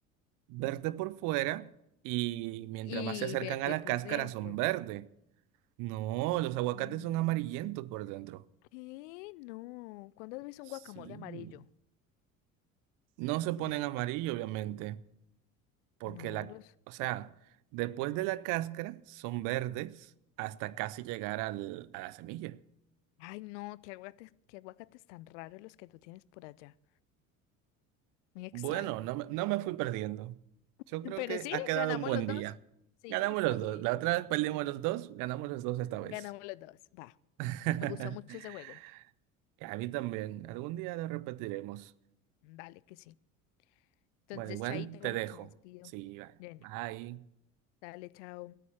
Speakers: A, on the right; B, on the left.
A: verde por fuera y mientras
B: Y
A: más se acercan
B: verde
A: a la
B: por
A: cáscara
B: dentro.
A: son verdes. No, los
B: Mm.
A: aguacates son amarillentos por dentro.
B: ¿Qué? No. ¿Cuándo has visto
A: Sí.
B: un guacamole amarillo?
A: No se ponen
B: Nunca.
A: amarillo, obviamente, porque
B: No,
A: la,
B: los.
A: o sea, después de la cáscara son verdes hasta casi llegar al- a la semilla.
B: Ay, no, qué aguacates, qué aguacates tan raros los que tú tienes por allá. Muy extraño.
A: Bueno, no, me- no me fui perdiendo.
B: <laughs>
A: Yo creo
B: Pero
A: que
B: sí,
A: ha quedado
B: ganamos
A: un buen
B: los dos.
A: día.
B: Sí,
A: Ganamos
B: está
A: los
B: bien.
A: dos. La otra vez perdimos
B: Los dos.
A: los dos, ganamos los dos esta vez.
B: Ganamos los dos. Va.
A: <laughs>
B: Me gustó mucho ese juego.
A: Y A mí también. Algún día lo repetiremos.
B: Vale, que sí. Entonces,
A: Bueno, igual
B: chaito,
A: te dejo.
B: me despido.
A: Sí, bye.
B: Bueno,
A: Bye.
B: dale, chao.